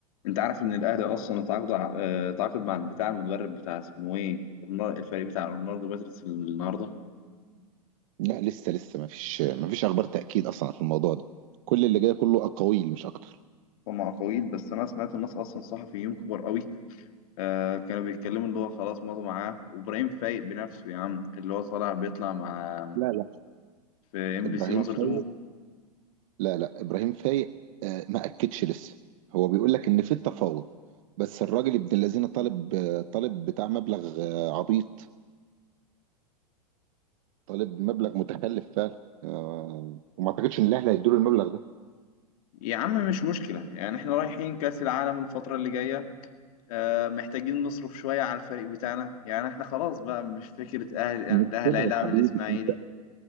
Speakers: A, on the left; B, on the right.
A: انت عارف ان الاهلي اصلا اتعاقد اه، اتعاقد مع بتاع المدرب بتاع اسمه ايه رونال- الفريق بتاع رونالدو باتريس النهارده
B: لا لسه لسه ما فيش ما فيش اخبار تاكيد اصلا في الموضوع ده كل اللي جاي كله اقاويل مش اكتر
A: هم اقاويل بس انا سمعت الناس اصلا صحفيين كبار قوي آه كانوا بيتكلموا اللي هو خلاص مضوا معاه وابراهيم فايق بنفسه يا عم اللي هو طالع بيطلع مع
B: لا لا
A: في ام
B: ابراهيم
A: بي سي مصر
B: فايق
A: 2
B: لا لا ابراهيم فايق آه، ما اكدش لسه هو بيقول لك ان في تفاوض بس الراجل ابن الذين طالب آه، طالب بتاع مبلغ آه، عبيط طالب مبلغ متخلف فعلا آه، وما اعتقدش ان الاهلي هيدوا له المبلغ ده
A: يا عم مش مشكله يعني احنا رايحين كاس العالم الفتره اللي جايه آه محتاجين نصرف شويه على الفريق بتاعنا يعني احنا خلاص بقى مش فكره اهل يعني
B: مش
A: الاهلي
B: كده يا
A: هيلاعب
B: حبيبي
A: الاسماعيلي
B: انت